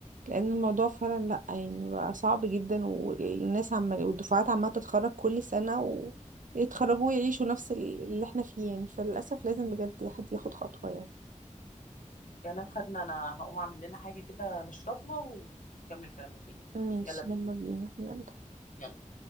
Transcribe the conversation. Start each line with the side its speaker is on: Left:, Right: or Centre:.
Right: لان الموضوع فعلا لا يعني بقى صعب جدا والناس عمال والدفعات عماله تتخرج كل سنه ويتخرجوا ويعيشوا نفس ال- اللي احنا فيه يعني فللاسف لازم بجد حد ياخد خطوه يعني
Left: كلام خدنا انا هقوم اعمل لنا حاجة كده نشربها ونكمل كلامنا تاني
Right: ماشي
Left: يلا بينا
Right: يلا بينا يلا
Left: يلا